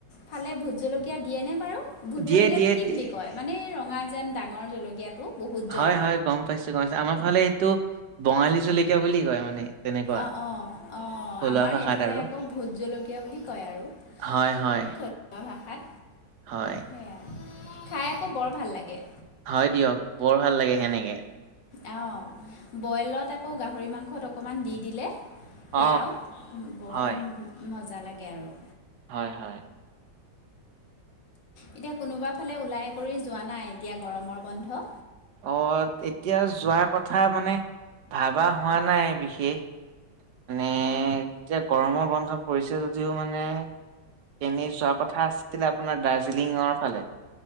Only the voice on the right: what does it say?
দিয়ে
দিয়ে
দিয়ে
হয়, হয়। গম পাইছোঁ, গম পাইছোঁ। আমাৰ ফালে এইটো বঙালী জলকীয়া বুলি কয় মানে। তেনেকুৱা
থলুৱা
ভাষাত
আৰু
হয়, হয়।
হয়।
হয় দিয়ক, বৰ ভাল লাগে সেনেকে।
অ',
হয়,
হয় হয়
অ এতিয়া যোৱা কথা মানে ভাবা হোৱা নাই বিশেষ মানে এতিয়া গৰমৰ বন্ধ পৰিছে যদিও মানে কেনেই যোৱা কথা আছিলে আপোনাৰ দাৰ্জিলিঙৰ ফালে